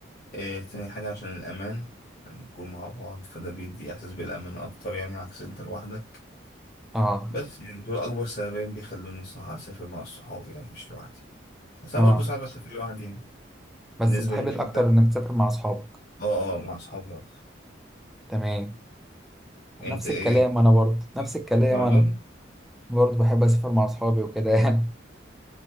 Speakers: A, on the left; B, in the centre.
A: إيه تاني حاجه عشان الامان عشان نكون مع بعض فده بيدي احساس بالامان اكتر يعني عكس انت لوحدك
B: اه
A: بس يعني دول أكبر سببين بيخلوني الصراحة أسافر مع الصحاب يعني مش لوحدي بس أنا
B: اه
A: برضه صعب أسافر لوحدي يعني
B: بس
A: بالنسبة
B: بتحب
A: ليك
B: الاكتر
A: أنت
B: انك تسافر مع اصحابك
A: أه أه مع أصحابي أكتر
B: تمام
A: أنت
B: نفس
A: إيه
B: الكلام انا برضه نفس الكلام
A: برضه
B: انا برضه بحب اسافر مع اصحابي وكده <laughs> يعني